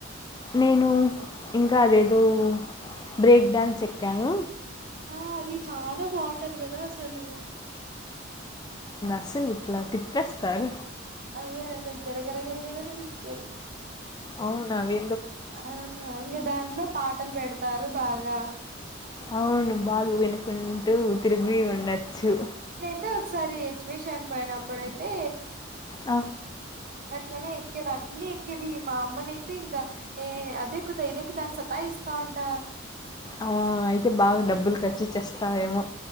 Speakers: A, on the left; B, on the right.
A: నేను ఇంకా అదేదో బ్రేక్ డాన్స్ ఎక్కాను.
B: ఆ అది చానా బాగుంటది. కదా అసలు.
A: అసలు ఇట్లా తిప్పేస్తారు.
B: అదే అదే గర గర గర గర అది తిప్పుతారు.
A: అవునావ అవి.
B: ఆ అయ్యే దాంట్లో పాటలు పెడతారు బాగా.
A: అవును బాగు వినుకుంటూ తిరిగి ఉండచ్చు.
B: అయితే ఒకసారి ఎగ్జిబిషన్ పోయినప్పుడైతే.
A: ఆ
B: అట్లనే ఎక్కేది అన్ని ఎక్కేది ఈ మా అమ్మనయితే ఇంకా. ఏ అదెక్కుతా ఇది ఎక్కుతాని సతాయి ఇస్తా ఉంట.
A: ఆ అయితే బాగా డబ్బులు ఖర్చు చేస్తావేమో.